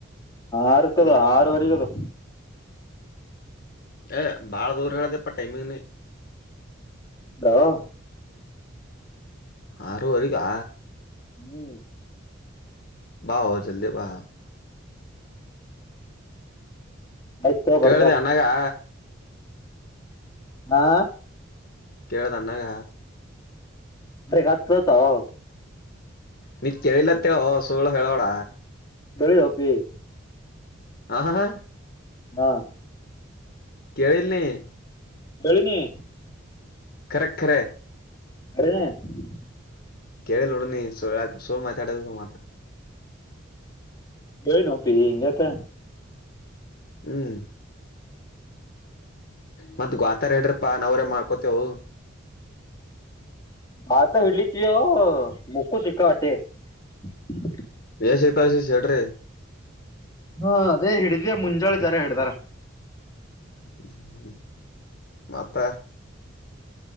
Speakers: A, on the left (about 20°); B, on the left (about 50°).
A: ಆರ್ ಕದು
B: ಹ್ಮ್
A: ಆರವರೆಗಿ ಅದು.
B: ಏಯ್ ಬಾಳ ದೂರ ಹೇಳ್ದಪ್ಪಾ ಟೈಮಿಂಗ್ ನೀ
A: ಹ <inaudible>
B: ಆರು ವರಿಗಾ
A: ಹ್ಮ್ <inaudible>
B: ಬಾ ಹೊ ಜಲ್ದಿ ಬಾ
A: ಆಯ್ತು
B: ಕೇಳಿದೆಅಣ್ಣಗಾ
A: ಬರ್ತಾ ಹಾ,
B: ಕೇಳ್ದಾ ಅಣ್ಣಗಾ
A: ಬ್ರ ಹಾತ <unintelligible>
B: ನೀ ಕೇಳಿಲ್ಲ ಅಂತ ಏಳೋ ಸುಳ್ಳು ಏಳ್ಬೇಡ.
A: ಬೆಳಿ ಹಪ್ಪಿ <inaudible>
B: ಹಾ, ಹಾ, ಹಾ
A: ಹಾ,
B: ಕೇಳಿಲ್ಲ ನೀ
A: ಬೆಳಿನಿ <unintelligible>
B: ಕರಖರೆ <inaudible>
A: ಅರಣೇಣ <unintelligible>
B: ಕೇಳಿಲ್ಲ ನೋಡು ನೀ ಸೋಳ್ ಸೋ ಮಾತ ಆಡ ಮಾತ
A: ಕೇಳಿನೋ ಅಪ್ಪಿ ಇಂಗ್ಯಕಾ
B: ಹ್ಮ್, ಮತ್ತ ಗಾತರ ಹೇಳ್ರಪ್ಪಾ ನಾವ್ರೇ ಮಾಡ್ಕೊತೇವು.
A: ಭಾತ ಹಡ್ಲತಿವ ಮುಕ್ಕು ಸಿಕ್ಕಾವಟ್ಟೆ <unintelligible>
B: <unintelligible> ಶೇಟ್ರರೆ
A: ಹಾ ಅದೇ ಹಿಡಿದ ಮುಂಜಾಳೆ ಜರ ಹಿಡಿದಾರ
B: ಹ್ಮ ಹ್ಮ <inaudible> ಮತ್ತ